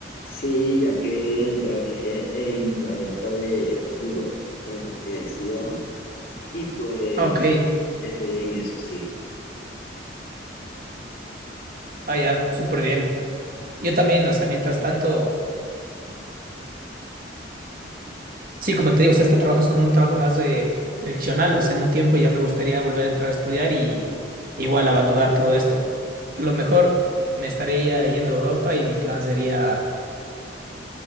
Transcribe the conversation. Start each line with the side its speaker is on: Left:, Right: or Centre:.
Left: Sí, ya que entraré en la venta de, digo, en la universidad y pues
Right: Ah, ok.
Left: estoy en eso, sí.
Right: Ah, ya, súper bien. Yo también, o sea, mientras tanto, Sí, como te digo, o sea, este trabajo es como un trabajo más eh, friccional, o sea, en un tiempo ya me gustaría volver a entrar a estudiar y igual abandonar todo esto. A lo mejor me estaría yendo a Europa y mi plan sería,